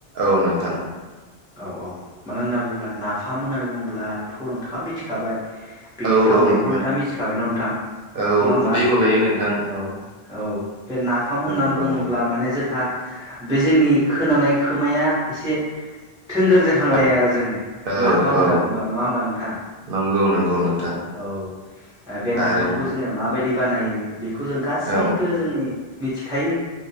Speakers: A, on the right (about 65°); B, in the centre.
A: औ नोंथां।
B: औ औ मानो होनना बुङोब्ला नाफाम होननानै बुङोब्लाथ' नोंथाङा मिथिखाबाय। बेनि
A: औ
B: थावनायखौबो
A: औ नोंथां
B: नोंथाङा मिथिखाबाय न नोंथां
A: औ
B: नङा होमबा
A: खुदै गलायो नोंथां
B: औ औ बे नाफाम होननानै
A: खोनाब्लानो
B: बुङोब्ला माने जोंहा बे जोंनि खोनानाय खोमाया एसे थोंगोर जेखांलायो
A: औ
B: आरो जों
A: औ
B: नाफाम
A: औ
B: होनना बुंबा नङा होमबा नोंथां
A: नंगौ नंगौ
B: औ
A: नोंथां
B: औ ओ बे
A: थारैनो
B: नाफामखौ जोङो माबायदि बानायो बेखौ जों गासैबो
A: औ
B: जोंनि मिथि खायो